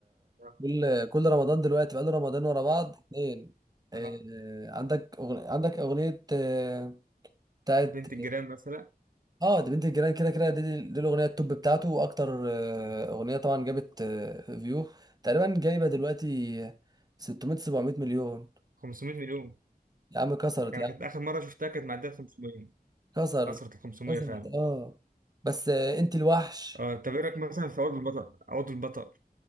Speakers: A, on the right; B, on the right.
A: آه.
B: كل كل رمضان دلوقتي بقاله رمضان ورا بعض اتنين آه،
A: آه.
B: عندك أغنية عندك أغنية آه، بتاعت
A: بنت الجيران مثلا
B: اه ده بنت الجيران كده كده دي, دي الأغنية التوب بتاعته وأكتر آه، أغنية طبعا جابت آه، فيو تقريبا جايبة دلوقتي 600 700 مليون
A: 500 مليون
B: يا عم كسرت
A: لكن انا
B: يا عم
A: كانت اخر مره شفتها كانت معديه 500
B: كسرت
A: كسرت ال 500
B: كسرت
A: فعلا
B: اه بس آه، انت الوحش
A: اه طب ايه رايك مثلا في عود البطل عود البطل